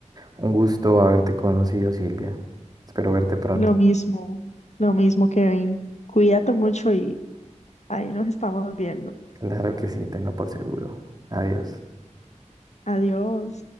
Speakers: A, on the right (about 30°); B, on the left (about 65°).
A: Un gusto haberte conocido, Silvia. Espero verte pronto.
B: Y Lo mismo, lo mismo, Kevin. Cuídate mucho y ahí nos estamos viendo.
A: Claro que sí, tenlo por seguro. Adiós.
B: Adiós.